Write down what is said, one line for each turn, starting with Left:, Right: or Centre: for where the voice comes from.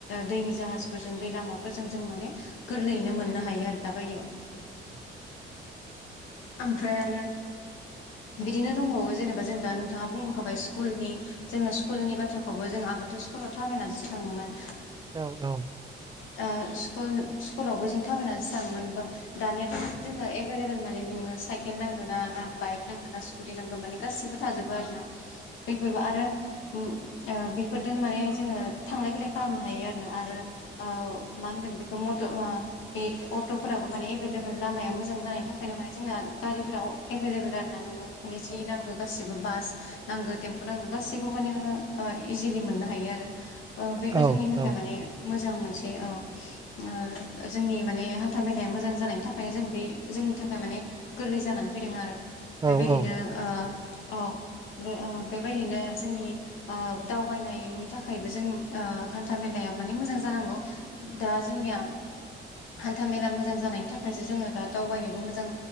Left: दैनि जाहाजफोरजों दै लामाफोरजों जों माने गोरलैयैनो मोननो हायो आरो दा बायदियाव
Right: औ।
Left: ओमफ्राय आरो बिदिनो दंबावो जेनेबा जों दा नोंथाङा बुंबोखाबाय स्कुलनि जोङो स्कुलनि बाथ्राखौबो जों आगोलथ स्कुलाव थाबायनानैसो थाङोमोन।
Right: औ औ।
Left: ओ‌ स्कुल स्कुलावबो जों थाबायनानैसो थाङो मोनबो दानियाथ' जोङो एभेलेबल माने नोंनो साइकेल नांगोन ना ना बाइक नांगोन ना दै नांगौ माने गासिबो थाजोबबो आरो ना फोरबो आरो ओम ओ बेफोरजों माने जोङो थांलाय फैलाय खालामनो हायो आरोना आरो औ मा होनगोन बेखौ मथ आ बे अट फोराबो माने एभेलेबेल लामाया मोजां जानायनि थाखायनो माने जोंना गारिफोराव एभेलेबल आर ना नोङो माने जि नांगौ गासिबो बास नांगौे थेम नांगौ गासैखौबो माने नोङो ओ इजिलि मोननो हायो आरो। ओ‌ बेबो
Right: औ
Left: जोंनि
Right: औ
Left: थाखाय माने मोजां मोनसे औ। ओ जोंनि माने हान्था मेलाया मोजां जानायनि थाखायनो जों बे जोंनि थाखाय माने गोरलै जानानै फैदों आरो।
Right: औ
Left: बे बायदिनो
Right: औ
Left: ओ औ बे ओ बे बायदिनो जोंनि ओ दावबायनायनि थाखायबो जों ओ हान्था मेलाया माने मोजां जानांगौ। दा जोंनिया हान्था मेला मोजां जानायनि थाखायसो जोङो दा दावबायनोबो मोजां